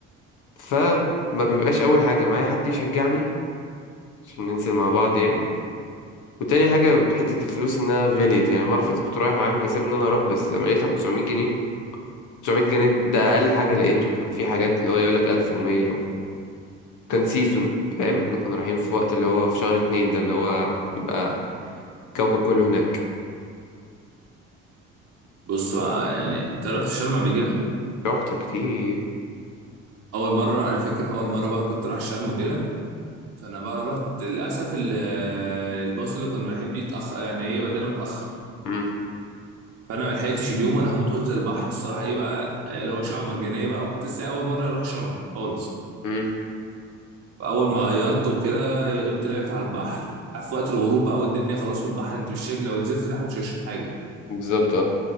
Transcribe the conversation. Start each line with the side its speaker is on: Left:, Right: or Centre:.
Left: فما بيبقاش اول حاجه معايا حد يشجعني عشان ننزل مع بعض يعني وتاني حاجه حته الفلوس انها غليت يعني مره فاتت كنت رايح وعامل حساب ان انا هروح بس لما لقيتها ب 900 جنيه 900 جنيه ده اقل حاجه لقيته كان في حاجات اللي هو يقول لك 1100 كان سيزون فاهم احنا كنا رايحين في وقت اللي هو في شهر اتنين ده اللي هو يبقى كوكب كله هناك
Right: بص بقى يعني انت رحت شرم قبل كده
Left: رحت كتير
Right: اول مره انا فاكر اول مره بقى كنت رايح شرم وكده فانا بقى رحت للاسف ال- الباص اللي كنا رايحين بيه اتاخر يعني ايه ودانا متاخر
Left: امم
Right: فانا ما لحقتش اليوم انا هموت وانزل البحر الصراحه ايه بقى اللي هو شعب مرجانيه بقى وكنت لسه اول مره اروح شرم خالص
Left: امم
Right: فاول ما غيرت وكده يا دوب طلعت على البحر عارف وقت الغروب بقى والدنيا خلاص في البحر انت مش شايف لو نزلت تحت مش هشوف حاجه
Left: بالظبط